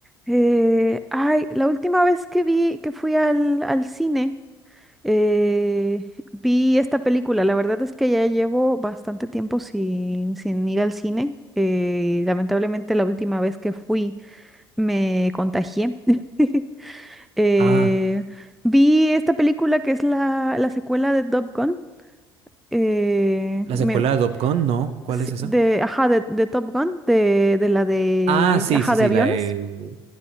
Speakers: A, in the centre; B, on the right.
A: Eh, ay, la última vez que vi, que fui al, al cine, eh, vi esta película. La verdad es que ya llevo bastante tiempo sin, sin ir al cine. Eh, lamentablemente la última vez que fui me contagié. <laughs> Eh,
B: Ah,
A: vi esta película que es la, la secuela de Top Gun. eh,
B: la
A: me-
B: secuela de Top Gun, no. ¿Cuál
A: sí,
B: es esa?
A: de, ajá, de, de Top Gun, de, de la de,
B: Ah, sí,
A: ajá,
B: sí,
A: de
B: sí,
A: aviones.
B: la de...